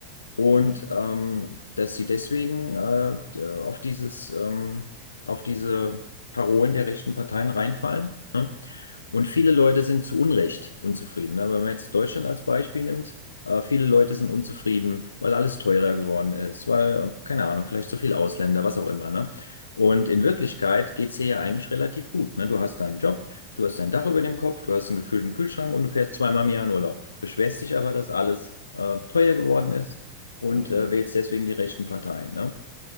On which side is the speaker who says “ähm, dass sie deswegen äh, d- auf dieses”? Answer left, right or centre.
Left